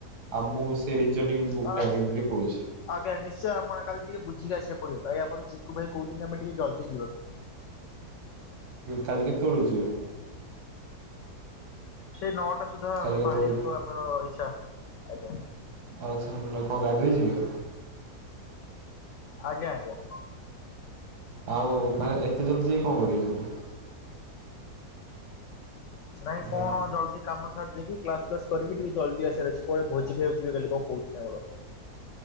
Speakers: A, on the right; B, on the left.
A: ଆଉ ମୁଁ ସେ ରିଜର୍ନିଂ ବୁକ୍ଟା
B: ଆଁ
A: ଆଣିବି ବୋଲି କହୁଛି।
B: ଆଜ୍ଞା। ନିଶ୍ଚୟ ଆମେ କାଲି ଟିକେ ବୁଝିକି ଆସିବାକୁ ପଡିବ। ଭାଇ ଆମ ଚିକୁ ଭାଇ କହୁଛନ୍ତି ଆମେ ଟିକେ ଜଲଦି ଯିବାକୁ।
A: କାଲି କେତେବେଳକୁ ଯିବେ?
B: ସେଇ ନଅଟା ସୁଦ୍ଧା ଆମେ
A: କାଲି କେତେବେଳକୁ
B: ବାହାରିବାକୁ
A: ଯିବେ?
B: ଆମର ଇଛା। ଆଜ୍ଞା।
A: ଆଛା। ଆ କଣ ଗାଡିରେ ଯିବେ?
B: ଆଜ୍ଞା। ଆଜ୍ଞା।
A: ଆଉ ମାନେ ଏତେ ଜଲ୍ଦି ଯାଇ କଣ କରିବେ ସେଠି?
B: ନାଇଁ କଣ
A: ନା
B: ଜଲଦି କାମ ସାରି ଯାଇକି କ୍ଲାସ୍ କ୍ଲାସ୍ କରିକି ଜଲଦି ଆସିବାର ଅଛି। କୁଆଡେ ଭୋଜି ଖାଇବାକୁ ଜିବେ କହୁଛନ୍ତି ଆମର।